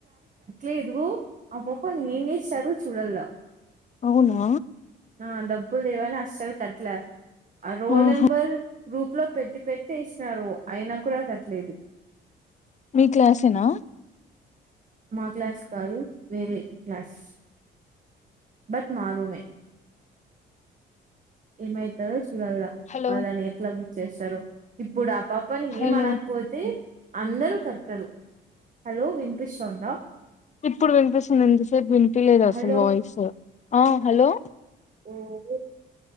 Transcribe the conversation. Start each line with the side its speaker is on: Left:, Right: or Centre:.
Right: లేదు అప్పుడు ఏం చేస్తారో చూడాలా
Left: అవునా
Right: ఆ డబ్బులు లేవని అస్సలు కట్లే ఆ రోల్
Left: ఆహా
Right: నెంబర్ గ్రూప్లో పెట్టి పెట్టి టెసినారు అయినా కూడా కట్టలేదు
Left: మీ క్లాసేనా
Right: మా క్లాస్ కాదు వేరే క్లాస్ బట్ మా రూమ్ ఏ ఏమైతాధో చూడాల
Left: హలో
Right: వాళ్ళని ఎట్లా బుక్ చేస్తారు ఇప్పుడు పాపని
Left: హలో
Right: ఏం అనకపోతే అందరూ కట్టరు హలో వినిపిస్తోందా
Left: ఇప్పుడు వినిపిస్తుంది ఇంతసేపు వినిపిలేదు అసలు
Right: హలో
Left: వాయిస్ ఆ హలో
Right: హ్మ్